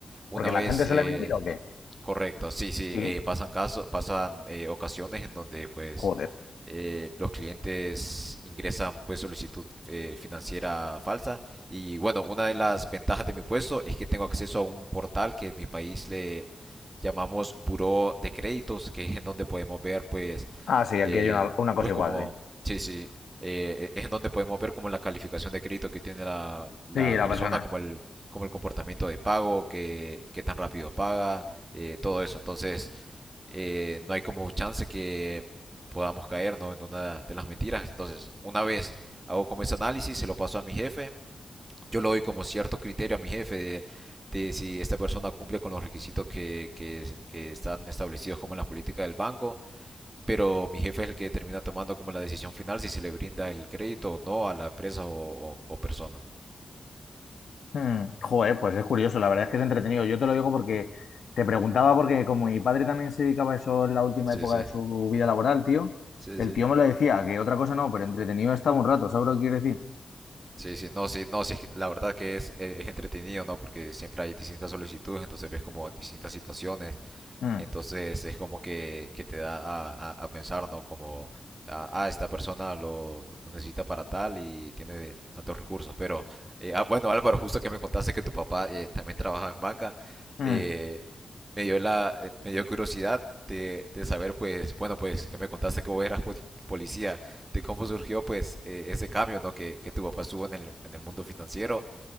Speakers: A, on the right; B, on the left.
A: Una
B: Porque la
A: vez,
B: gente suele
A: eh,
B: mentir o qué.
A: correcto, sí, sí,
B: Sí.
A: eh, pasan casos, pasan eh, ocasiones en donde pues
B: Joder.
A: eh, los clientes ingresan pues solicitud eh, financiera falsa y bueno, una de las ventajas de mi puesto es que tengo acceso a un portal que en mi país le llamamos Buró de Créditos, que es en donde podemos ver pues
B: Ah, sí, aquí
A: eh,
B: hay una, una cosa
A: pues
B: igual,
A: como,
B: sí.
A: sí, sí, eh, es en donde podemos ver como la calificación de crédito que tiene la, la
B: Sí, la
A: persona,
B: persona.
A: como el, como el comportamiento de pago, que qué tan rápido paga, eh, todo eso. Entonces, eh, no hay como chance que podamos caer ¿no? en una de las mentiras. Entonces, una vez hago como ese análisis, se lo paso a mi jefe, yo le doy como cierto criterio a mi jefe de, de si esta persona cumple con los requisitos que, que, que están establecidos como en las políticas del banco pero mi jefe es el que termina tomando como la decisión final si se le brinda el crédito o no a la empresa o, o- o persona.
B: Hmm, Joder, pues es curioso, la verdad es que es entretenido. Yo te lo digo porque te preguntaba, porque como mi padre también se dedicaba a eso en la última
A: Sí,
B: época
A: sí,
B: de su vida laboral, tío,
A: sí,
B: el
A: sí.
B: tío me lo decía, que otra cosa no, pero entretenido estaba un rato, ¿sabes lo que quiero decir?
A: Sí, sí, no, sí, no, sí, la verdad que es, eh, es entretenido, ¿no? Porque siempre hay distintas solicitudes, entonces ves como distintas situaciones
B: Mm,
A: Entonces es como que, que te da a, a- a pensar, ¿no? Como, ah, ah, esta persona lo, lo necesita para tal y tiene tantos recursos. Pero, eh, ah, bueno, Álvaro, justo que me contaste que tu papá eh, también trabajaba en banca,
B: mm.
A: eh, me dio la, eh, me dio curiosidad de, de saber, pues, bueno, pues, que me contaste que vos eras pol- policía, de cómo surgió, pues, eh, ese cambio, ¿no? Que, que tu papá estuvo en el, en el mundo financiero